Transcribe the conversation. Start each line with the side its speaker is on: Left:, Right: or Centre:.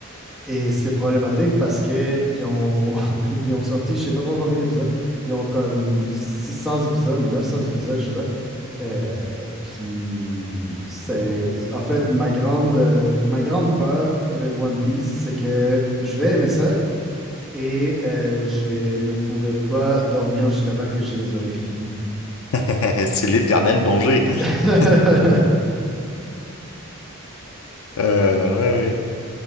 Centre: Et c'est problématique parce que ils ont, <laughs> ils ont sorti, je sais pas trop combien d'épisodes, ils ont comme 600 épisodes, 900 épisodes, je sais pas. Euh, puis c'est, en fait, ma grande, euh, ma grande peur avec One Piece, c'est que je vais aimer ça et euh, je ne pourrai pas dormir jusqu'à temps que je les aurai finis.
Left: <laughs> C'est l'éternel danger.
Centre: <laughs>
Left: <laughs> Euh, ouais, ouais.